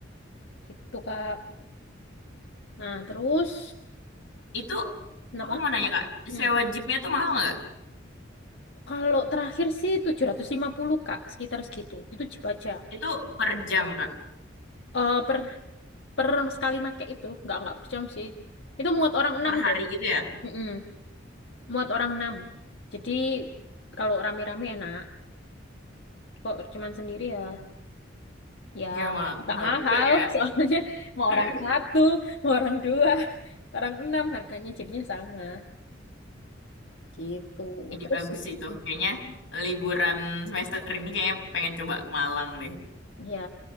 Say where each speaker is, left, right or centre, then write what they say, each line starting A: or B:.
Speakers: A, on the left; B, on the left.
A: Gitu, Kak. Nah, terus
B: Itu
A: kenapa?
B: aku mau nanya Kak,
A: Hmm.
B: sewa jeepnya tuh mahal nggak?
A: Kalau terakhir sih 750 Kak, sekitar segitu. Itu Jeep aja.
B: Itu per jam Kak,
A: Eh, per per sekali make itu nggak nggak per jam sih. Itu muat orang 6
B: per hari
A: deh.
B: gitu ya?
A: Mm-mm. Muat orang 6. Jadi kalau rame-rame enak. Kok cuman sendiri ya? Ya
B: Iya ma-
A: agak
B: mahal
A: mahal
B: juga ya
A: <laughs> soalnya
B: gitu.
A: mau
B: <laughs>
A: orang satu, mau orang dua, orang enam harganya Jeepnya sama. Gitu.
B: Ide
A: Terus
B: bagus sih itu. Kayaknya liburan semester ini kayaknya pengen coba ke Malang deh.
A: Ya,